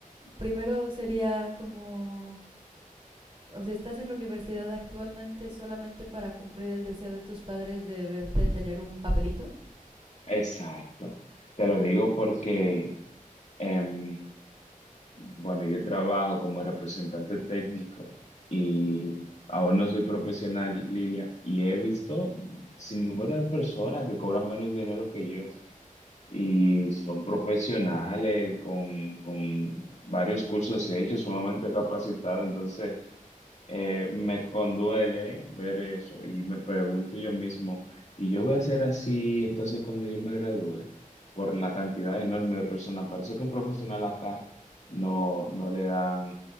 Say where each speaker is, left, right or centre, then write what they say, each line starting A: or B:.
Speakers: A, on the right (about 40°); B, on the left (about 50°).
A: primero sería como, o sea, estás en la universidad actualmente solamente para cumplir el deseo de tus padres de verte tener un papelito.
B: Exacto. Te lo digo porque, em, bueno, yo trabajo como representante técnico y aún no soy profesional, Lilia, y he visto sin número de personas que cobran menos dinero que yo y
A: Ok.
B: son profesionales con, con varios cursos hechos, sumamente capacitados, entonces... eh, me conduele ver eso y me pregunto yo mismo, ¿y yo voy a ser así entonces cuando yo me gradúe? Por la cantidad enorme de personas. Parece que un profesional acá no, no le dan